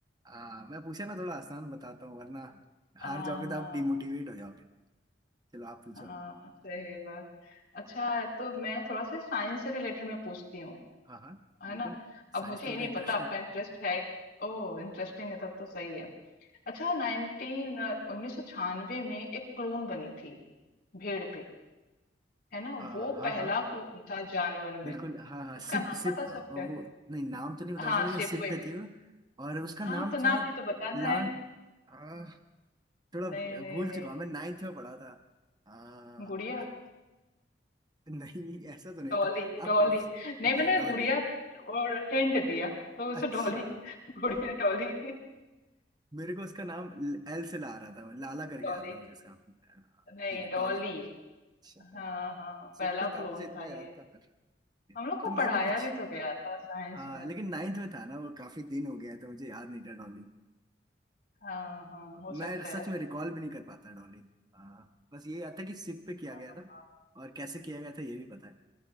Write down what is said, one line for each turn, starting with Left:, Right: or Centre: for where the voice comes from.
Right: आ, मैं पूछा ना थोड़ा आसान बताता हूँ वरना हार
Left: हाँ
Right: जाओगे तो
Left: हाँ
Right: आप डिमोटिवेट हो जाओगे चलो आप पूछो
Left: हाँ सही बात अच्छा तो मैं थोड़ा सा साइंस से रिलेटेड मैं पूछती हूँ
Right: हाँ हाँ
Left: है
Right: बिल्कुल
Left: ना अब
Right: साइंस
Left: मुझे
Right: तो
Left: ये
Right: बड़ा
Left: नहीं
Right: इंटरेस्टिंग
Left: पता आपका इंटरेस्ट है ओ इंटरेस्टिंग है तब तो सही है
Right: है।
Left: अच्छा नाइनटीन उन्नीस सौ छियानवे में एक क्लोन बनी थी भेड़ पे है ना
Right: आ,
Left: वो
Right: हाँ
Left: पहला
Right: हाँ
Left: क्लोन था जानवर में
Right: बिल्कुल हाँ हाँ
Left: उसका
Right: सिप
Left: नाम
Right: सिप
Left: बता
Right: अ, वो
Left: सकते हैं
Right: नहीं नाम तो नहीं बता
Left: हाँ
Right: सकते लेकिन
Left: शिप
Right: सिप पे थी वो और उसका
Left: हाँ
Right: नाम
Left: तो नाम
Right: शायद
Left: भी तो बताना
Right: लान
Left: है
Right: आ, थोड़ा
Left: नहीं नहीं
Right: भूल
Left: नहीं
Right: चुका हूँ मैं नाइन्थ में पढ़ा था आ,
Left: गुड़िया
Right: अब- नहीं ऐसा तो नहीं
Left: डॉली
Right: था आप
Left: डॉली
Right: आप
Left: नहीं
Right: अच्छा
Left: मैंने
Right: डॉली
Left: गुड़िया और हिंट दिया तो उसे
Right: अच्छा
Left: डॉली <laughs> गुड़िया डॉली
Right: मेरे को उसका नाम एल से ला रहा था लाला करके
Left: डॉली
Right: आ रहा था मुझे इसका हाँ,
Left: नहीं
Right: ठीक है
Left: डॉली
Right: टॉली अच्छा हाँ
Left: हाँ हाँ
Right: सिर
Left: पहला
Right: पे था
Left: क्लोन
Right: मुझे इतना
Left: था ये
Right: याद था पर
Left: हम लोग को
Right: तो मैं
Left: पढ़ाया
Right: भी कुछ
Left: भी तो गया था साइंस
Right: हाँ
Left: में
Right: लेकिन नाइन्थ में था ना वो काफी दिन हो गया है, तो मुझे याद नहीं था डॉली
Left: हाँ हाँ हो
Right: मैं
Left: सकता
Right: सच
Left: है
Right: में रिकॉल भी नहीं कर पाता डॉली हाँ बस ये याद था कि सिप पे किया
Left: हाँ,
Right: गया था
Left: हाँ,
Right: और कैसे किया गया था ये भी पता है